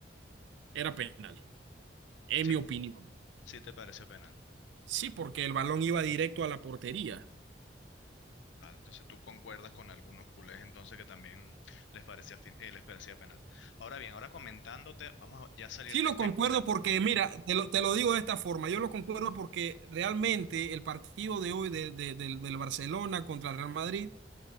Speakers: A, on the right (about 80°); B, on the left (about 85°).
A: era penal, en
B: Si
A: mi opinión.
B: Sí te pareció penal.
A: Sí, porque el balón iba directo a la portería.
B: Vale, entonces tú concuerdas con algunos culés entonces que también les parecía, fin- eh, les parecía penal. Ahora bien, ahora comentándote, vamos a ya salir
A: Sí,
B: de
A: lo
B: este...
A: concuerdo porque, mira, te lo, te lo digo de esta forma, yo lo concuerdo porque realmente el partido de hoy de- de- del del Barcelona contra el Real Madrid